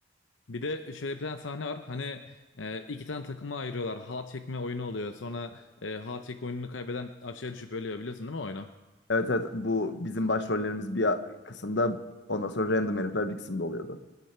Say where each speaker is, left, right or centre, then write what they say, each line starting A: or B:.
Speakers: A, on the left; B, on the left.
A: Bir de şöyle bir tane sahne var. Hani e, iki tane takıma ayırıyorlar. Halat çekme oyunu oluyor. Sonra e, halat çekme oyununu kaybeden aşağıya düşüp ölüyor. Biliyorsun değil mi o oyunu?
B: Evet evet bu bizim başrollerimiz bir kısımda ondan sonra random herifler bir kısımda oluyordu.